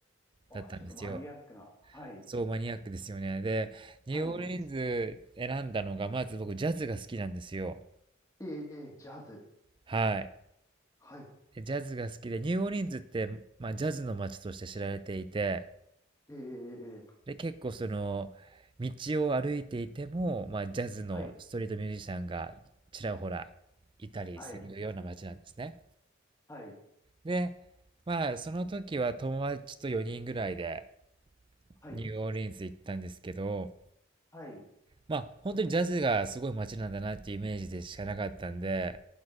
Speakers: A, on the left; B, on the right.
A: あ、
B: だったんですよ。
A: ちょっとマニアックな。はい、
B: そう、マニアックですよね。で、ニューオーリンズ選んだのが、
A: はい。
B: まず僕ジャズが好きなんですよ。
A: ええ、ええジャズ。
B: はい。
A: はい、
B: でジャズが好きで、ニューオーリンズって、まあ、ジャズの街として知られていて、
A: ええ、ええ、ええ
B: で、結構その、道を歩いていても、まあ、ジャズのストリートミュージシャンがちらほらいたりするような街なんですね。
A: はい、はい、はい、
B: で、まあ、その時は友達と4人ぐらいで
A: はい、
B: ニューオーリンズ行ったんですけど、
A: はい、
B: まあ、本当にジャズがすごい街なんだなっていうイメージでしかなかったんで、